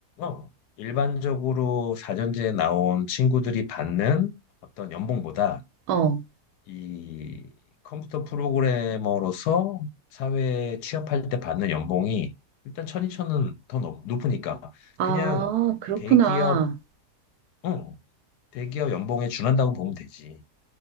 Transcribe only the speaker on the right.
응. 어.
아,
그렇구나.